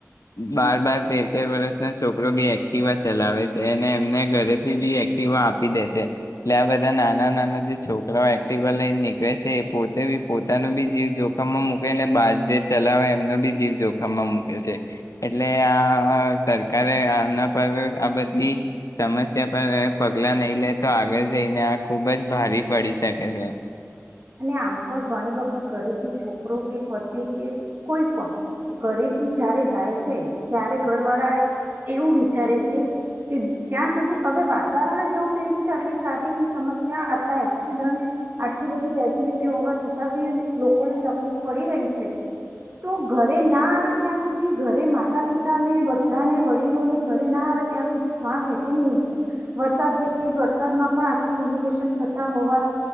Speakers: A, on the left; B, on the right.
A: બાર બાર તેર તેર વર્ષનાં છોકરો બી એક્ટિવા ચલાવે છે અને એમને ઘરેથી બી એક્ટિવાં આપી દે છે એટલે આ બધાં નાનાં નાનાં જે છોકરાઓ એક્ટિવા લઈ નીકળે છે એ પોતે બી પોતાનું બી જીવ જો જોખમમાં મૂકેને બાર જે ચલાવે એમનો બી જીવ જોખમમાં મૂકે છે એટલે આ સરકારે આના પર આ બધી સમસ્યા પર પગલા નય લે તો આગળ જઈને આ ખૂબ જ ભારે પડી શકે છે.
B: અને આમ પણ ઘણી વખત ઘરેથી છોકરો કે પતિ કે કોઈ પણ ઘરેથી જયારે જાય છે ત્યારે ઘરવાળા એવું વિચારે છે કે જ્યાં સુધી હવે વાતાવરણ જેવું થઈ ગયું છે આટલી ટ્રાફિકની સમસ્યા આટલા એક્સિડન્ટ આટલી બધી ફેસિલિટી હોવા છતાં બી લોકોને તકલીફ પડી રહી છે તો ઘરેનાં આવે ત્યાં સુધી ઘરે માતા પિતાને બધાંને વડીલોને ઘરેનાં આવે ત્યાં સુધી શ્વાસ હેઠી નહીં હોતા વરસાદ જેવી વરસાદમાં પણ આટલું રિનોવેશન થતા હોવા